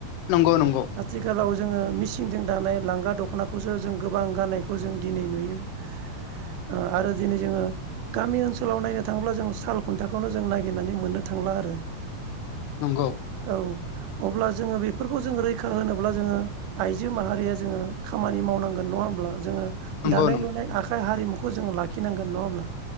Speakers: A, on the left (about 85°); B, on the right (about 80°).
A: नंगौ नंगौ
B: आथिखालाव जोङो मेचिनजों दानाय लांगा दख'नाखौसो जों गोबां गाननायखौ जों दिनै नुयो <unintelligible> ओ आरो दिनै जोङो गामि ओनसोलाव नायनो थाङोब्ला जों साल खुन्थाखौनो जों नागिरनानै मोननो था ब्ला आरो
A: नंगौ
B: औ अब्ला जोङो बेफोरखौ जेरै खा होनोब्ला जोङो आइजो माहारिया जोङो खामानि मावनांगोन नङा होमब्ला जोङो
A: नंगौ
B: दानाय
A: नंगौ
B: लुनाय आखाइ हारिमुखौ जोङो लाखिनांगोन नङाब्ला